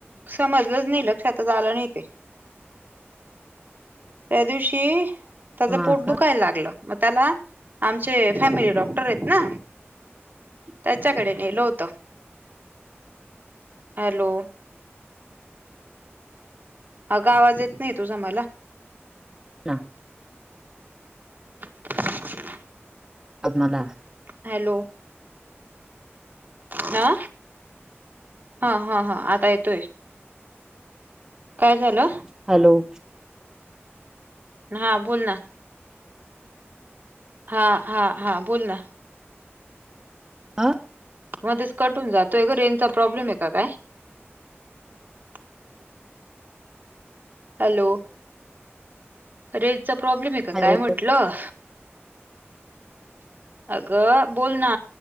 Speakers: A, on the right; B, on the right.
A: समजलंच नाही लक्षातच आलं नाही ते त्या दिवशी त्याच
B: हा
A: पोट
B: का
A: दुखायला लागलं मग त्याला आमचे फॅमिली डॉक्टर आहेत ना त्याच्याकडे नेलो होत हॅलो अगं आवाज येत नाही तुझा मला
B: का
A: अ
B: आज मला
A: हॅलो हा हा हा हा आता येतोय काय झालं
B: हॅलो
A: हा बोल ना हा हा हा बोल ना
B: आह
A: मध्येच कट होऊन जातोय ग रेंजचा प्रॉब्लेम आहे का काय <inaudible> हॅलो रेजचा प्रॉब्लेम आहे का
B: हॅलो
A: काय म्हटलं अगं बोल ना